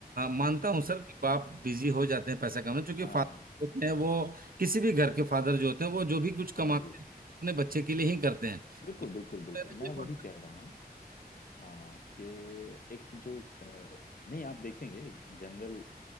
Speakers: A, on the right; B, on the left.
A: मानता हूँ सर कि बाप बिजी हो जाते हैं पैसा कमाने क्योंकि
B: हाँ
A: फादर
B: हाँ
A: होते हैं वो किसी भी घर के फादर जो होते हैं वो जो भी कुछ
B: हाँ
A: कमाते
B: बिल्कुल
A: हैं अपने बच्चे के लिए ही करते हैं
B: बिल्कुल बिल्कुल बिल्कुल
A: मेरा
B: मैं
A: ये मानना
B: वही कह रहा हूँ हाँ कि एक जो अ, नहीं आप देखेंगे जनरल